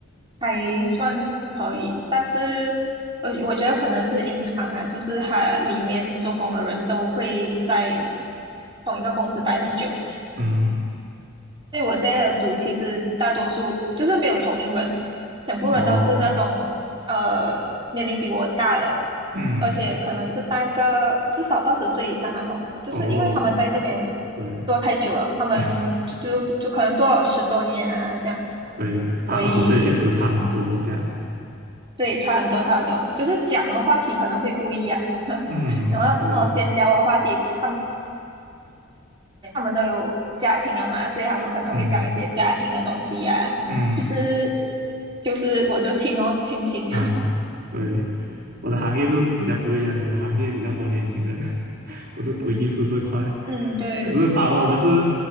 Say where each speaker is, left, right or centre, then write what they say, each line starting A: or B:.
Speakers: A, on the right; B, on the right.
A: 还算可以，但是呃，我觉得可能是银行啊，就是它里面做工的人都会在同一个公司待很久，
B: 嗯
A: 所以我现在的组其实大多数就是没有同龄人，全部人都是那种呃年龄比我大的，
B: 哦，嗯
A: 而且可能是待个至少二十岁以上那种啊，就是因为他们在这边做太久了，
B: 哦，对
A: 他们就就就可能做了十多年啊这样，
B: <laughs> 对，大二十岁确实差很多一下。
A: 所以。对，差很多，差很多，就是讲的话题可能会不一样。<laughs>
B: 嗯对，
A: 然后那种闲聊的话题，他们他们都有家庭了嘛，所以他们可能会讲一些家庭的东西呀、
B: 嗯
A: 啊就是
B: 嗯。
A: 就是我就听哦，听听，
B: 啊，对，我的行业就比较不一样一点我行业比较多年轻人，<laughs> 我是读艺术这块，
A: <laughs> 嗯，对，
B: 可是反而我们是，